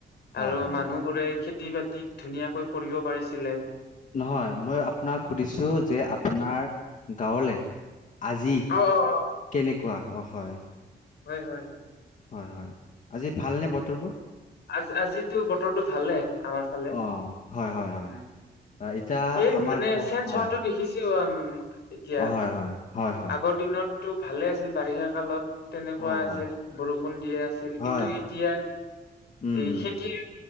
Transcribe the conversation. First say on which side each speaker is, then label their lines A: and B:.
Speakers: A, on the left; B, on the left.
A: হয়
B: আৰু
A: হয়
B: মানুহবোৰে খেতি বাতি ধুনীয়াকৈ কৰিব পাৰিছিলে।
A: নহয়, মই আপোনাক সুধিছোঁ যে আপোনাৰ গাঁৱলৈ আজি
B: অ অ অ।
A: কেনেকুৱা? অ, হয়।
B: হয়, হয়।
A: হয়, হয়, আজি ভালনে বতৰবোৰ?
B: আজ-আজিতো বতৰটো ভালে আমাৰ ফালে,
A: অ হয় হয় হয়
B: উম,
A: হয় এতিয়া
B: সেই
A: আমাৰ
B: মানে
A: ব-
B: চেঞ্জ
A: হয়
B: হোৱাাতটো দেখিছো আমি এতিয়া,
A: অ হয় হয় হয় হয়
B: আগৰ দিনত টো ভালে আছিল বাৰিষা কালত তেনেকুৱা
A: হয়
B: আছিল,
A: হয়
B: বৰষুণ দিয়ে আছিল,
A: হয়
B: কিন্তু
A: হয়
B: এতিয়া,
A: উম
B: এই
A: উম
B: খেতিৰ